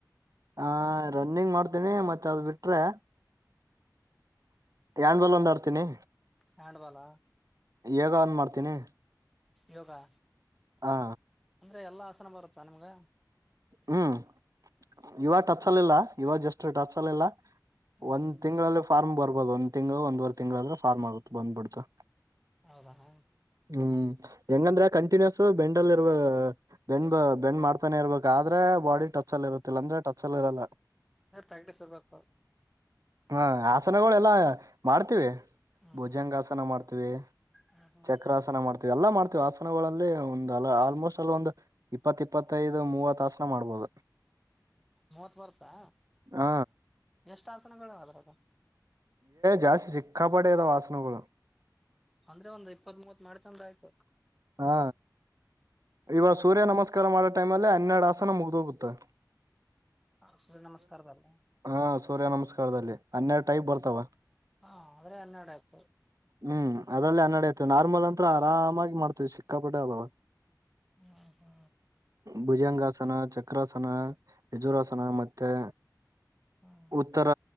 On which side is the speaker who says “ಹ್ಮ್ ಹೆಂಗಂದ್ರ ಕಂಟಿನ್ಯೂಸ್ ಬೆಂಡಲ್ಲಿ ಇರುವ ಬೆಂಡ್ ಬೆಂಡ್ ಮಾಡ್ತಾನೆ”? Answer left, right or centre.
Right